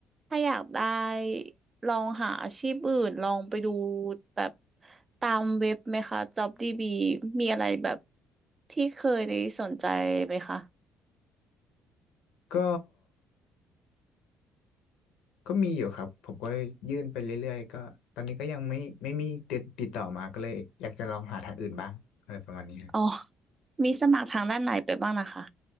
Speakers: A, on the right; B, on the left.
A: ถ้าอยากได้ลองหาอาชีพอื่นลองไปดูแบบตามเว็บไหมคะ JobDB มีอะไรแบบที่เคยสนใจไหมคะ
B: <laughs> ก็ ก็มีอยู่ครับผมก็ยื่นไปเรื่อยๆก็ตอนนี้ก็ยังไม่ไม่มีติดติดต่อมาก็เลยอยากจะลองหาทางอื่นบ้างอะไรประมาณนี้ฮะ
A: อ๋อมีสมัครทางด้านไหนไปบ้างนะคะ